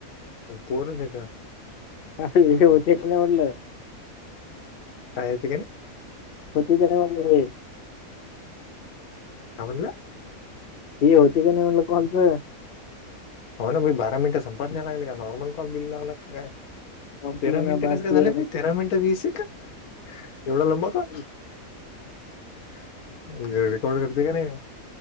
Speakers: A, on the left; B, on the left.
A: आणि पोरच येता.
B: ह हे होते का नाही म्हटलं.
A: काय येतय का नई?
B: होतय काय नई बगून घे.
A: काय म्हणाला?
B: हे होतय काय नई म्हटलं कॉलच?
A: हो ना भाई बारा मिनटं संपत नाही लागली, का नॉर्मल कॉल बिल लावला का काय?
B: संपलं
A: तेरा मिनिटं
B: भारतीय
A: कसं काय झालं भाई? तेरा मिनिटं वीस सेकंड. एवढा लंबा कॉल?
B: रंग
A: <unintelligible> नाही